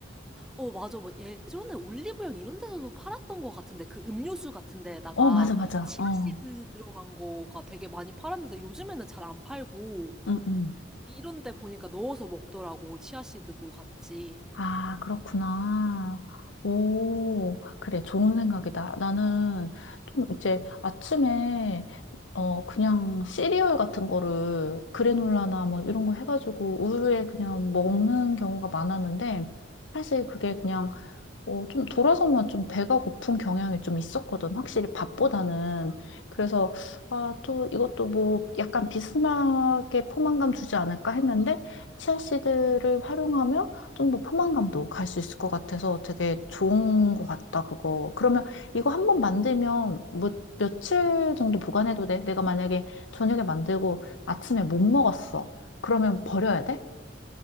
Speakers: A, in the centre; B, on the left.
A: 어, 맞아. 뭐 예전에 올리브영 이런 데서도 팔았던 것 같은데 그 음료수 같은 데에다가
B: 어, 맞아, 맞아.
A: 치아씨드
B: 어,
A: 들어간 거가 되게 많이 팔았는데 요즘에는 잘 안 팔고
B: 응, 응.
A: 이런 데 보니까 넣어서 먹더라고. 치아씨드도 같이.
B: 아, 그렇구나. 오, 그래, 좋은 생각이다. 나는 좀 이제 아침에, 어, 그냥 시리얼 같은 거를 그래놀라나 뭐 이런 거 해가지고 우유에 그냥 먹는 경우가 많았는데, 사실 그게 그냥 어, 좀 돌아서면 좀 배가 고픈 경향이 좀 있었거든. 확실히 밥보다는. 그래서, 아, 또 이것도 뭐 약간 비스무리하게 포만감 주지 않을까 했는데, 치아씨드를 활용하면 좀 더 포만감도 갈 수 있을 것 같아서 되게 좋은 것 같다, 그거. 그러면 이거 한번 만들면 뭐, 며칠 정도 보관해도 돼? 내가 만약에 저녁에 만들고 아침에 못 먹었어. 그러면 버려야 돼?